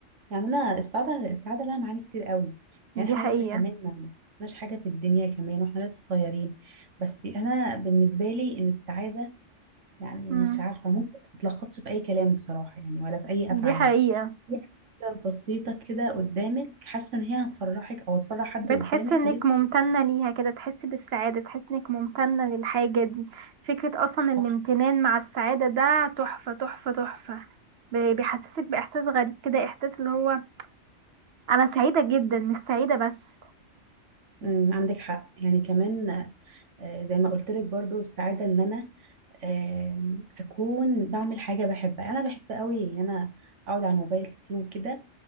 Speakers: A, on the right (about 75°); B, on the right (about 60°).
A: يعني انا السعاده السعاده لها معاني كتير قوي يعني
B: دي
A: احنا
B: حقيقة
A: لسه كمان ما مش حاجه في الدنيا كمان واحنا لسه صغيرين بس انا بالنسبه لي ان السعاده يعني
B: امم
A: مش عارفه ممكن ما تتلخصش في اي كلام بصراحه يعني ولا في اي افعال
B: دي حقيقة
A: هي حاجه بسيطه كده قدامك حاسه ان هي هتفرحك او هتفرح حد
B: بتحس
A: قدامك
B: انك
A: فدي
B: ممتنة ليها كده تحس بالسعادة تحس انك ممتنة للحاجة دي فكرة اصلا الامتنان
A: صح
B: مع السعادة ده تحفة تحفة تحفة بي- بيحسسك باحساس غريب كده احساس اللي هو انا سعيدة جدا مش سعيدة بس
A: أمم، عندك حق يعني كمان آه، زي ما قلت لك برضو السعادة ان انا آم، اكون بعمل حاجة بحبها انا بحب قوي ان انا اقعد على الموبايل كتير وكده